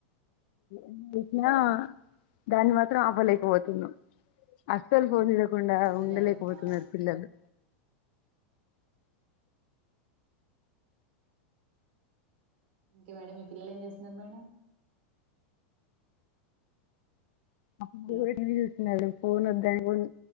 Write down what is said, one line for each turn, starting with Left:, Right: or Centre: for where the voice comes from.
Left: ఎంచేసినా దాన్ని మాత్రం ఆపలేకపోతున్నా అస్సల్ ఫోన్ చూడకుండా
Right: ఉండలేక
Left: ఉండలేకపోతున్నారు
Right: హా
Left: పిల్లలు
Right: ఇంకేం మేడం మీ పిల్లలు ఏం చేస్తున్నారు మేడం
Left: <unintelligible>
Right: హలో
Left: ఫోన్ వద్దని